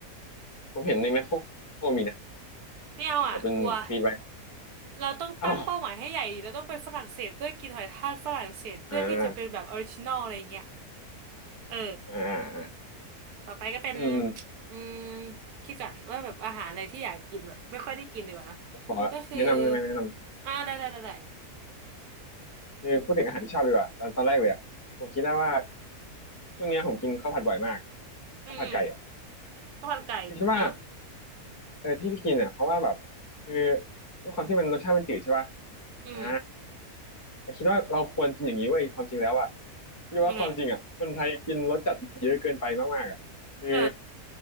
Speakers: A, on the left; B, on the right.
A: ผมเห็นในแมคโครมีนะ
B: ไม่เอาอ่ะกลัว
A: แบบเป็นฟีดไว้
B: เราต้องตั้งเป้าหมายให้ใหญ่ดิเราต้องไปฝรั่งเศสเพื่อกินหอยทากฝรั่งเศสเพื่อที่จะเป็นแบบออริจินอลอะไรเงี้ย
A: อ้าวอ่า
B: เออ
A: อ่าอ่า
B: ต่อไปก็เป็น
A: อืมอืม
B: อืมคิดก่อนว่าแบบอาหารอะไรที่อยากกินแบบไม่ค่อยได้กินดีกว่านะ
A: ขอแนะนำได้ไหมแนะนำ
B: ก็คืออ่าได้ได้ได้ได้
A: คือพูดถึงอาหารที่ชอบดีกว่าตอนตอนแรกเลยอะผมคิดได้ว่าช่วงเนี้ยผมกินข้าวผัดบ่อยมาก
B: อืมอืม
A: ข้าวผัดไก่อ่ะ
B: ข้าวมันไก่เออ
A: คือคิดว่าเออที่ที่กินอ่ะเพราะว่าแบบคือด้วยความที่มันรสชาติมันจืดใช่ป่ะ
B: อืม
A: อ่าแต่คิดว่าเราควรกินอย่างนี้เว้ยความจริงแล้วอ่ะคิดว่าความจริงอ่ะคนไทยกินรสจัดเยอะเกินไปมากๆอ่ะคือ
B: ยังไง เออ